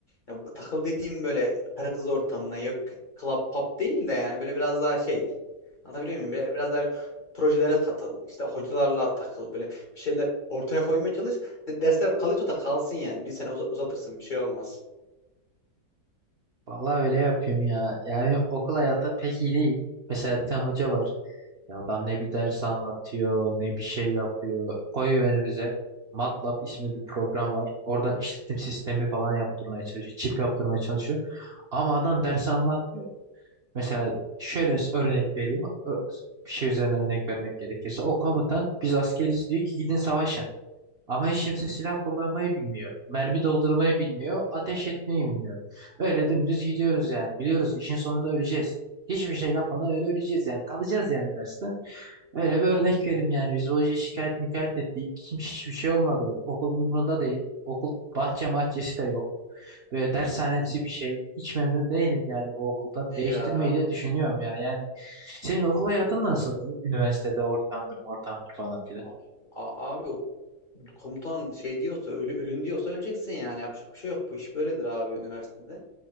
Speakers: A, on the left; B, on the right.
A: ya, bu takıl dediğim böyle karı kız ortamına yok club pop değil de yani böyle biraz daha şey anlatabiliyor muyum? Böyle, biraz daha projelere katıl işte hocalarla takıl böyle bir şeyler ortaya koymaya çalış De- dersler kalıyorsa da kalsın yani bir sene uza- uzatırsın bir şey olmaz.
B: Vallahi öyle yapayım ya. Yani okul hayatı pek iyi değil. Mesela bir tane hoca var. Ya adam ne bir ders anlatıyor, ne bir şey yapıyor. Koyuyor önümüze. MATLAB isimli bir program var. Oradan işletim sistemi falan yaptırmaya çalışıyor. Çip yaptırmaya çalışıyor. Ama adam dersi anlatmıyor. Mesela şöyle örnek vereyim. Ö- Bir şey üzerine örnek vermek gerekirse. O komutan biz askeriz diyor ki gidin savaşın. Ama hiç kimse silah kullanmayı bilmiyor. Mermi doldurmayı bilmiyor. Ateş etmeyi bilmiyor. Öyle dümdüz gidiyoruz yani. Biliyoruz işin sonunda öleceğiz. Hiçbir şey yapmadan öyle öleceğiz yani. Kalacağız yani dersten. Öyle bir örnek vereyim yani. Biz hoca şikayet mikayet ettik. Kim hiçbir şey olmadı. Okulun umurunda değil. Okul bahçe mahçesi de yok. Böyle dershanemsi bir şey. Hiç memnun değilim yani bu okuldan.
A: Hadi
B: Değiştirmeyi
A: ya
B: de düşünüyorum ya. Yani senin okul hayatın nasıldı? Üniversitede ortamdır, ortamdır falan
A: abi, a- abi komutan şey diyorsa ölü, ölün diyorsa öleceksin yani yapacak bir şey yok. Bu iş böyledir abi üniversitede.